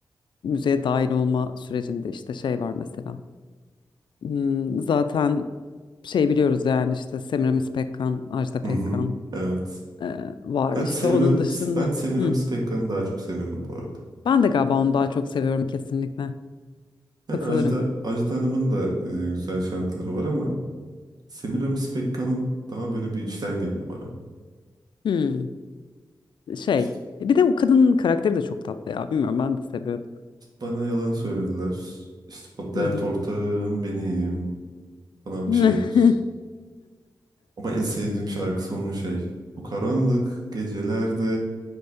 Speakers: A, on the left (about 85°); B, on the right (about 60°).
A: müzeye dahil olma sürecinde işte şey var mesela. Hmm, zaten şey biliyoruz yani işte Semiramis Pekkan, Ajda
B: Hı
A: Pekkan.
B: hı. Evet.
A: Ee, var
B: Ben
A: işte
B: Semira,
A: onun dışında.
B: ben Semiramis
A: Hı.
B: Pekkan'ı daha çok seviyorum bu arada.
A: Ben de galiba onu daha çok seviyorum kesinlikle.
B: Yani
A: Katılırım.
B: Ajda, Ajda Hanım'ın da e, güzel şarkıları var ama Semiramis Pekkan'ın daha böyle bir içten geliyor bana.
A: Hı. Şey,
B: İşte
A: bir de o kadının karakteri de çok tatlı ya. Bilmiyorum ben de seviyorum.
B: bana yalan söylediler. İşte bu dert
A: Hı hı.
B: ortağım benim. falan
A: <laughs>
B: bir şeyler. Ama en sevdiğim şarkısı onun şey. Bu karanlık gecelerde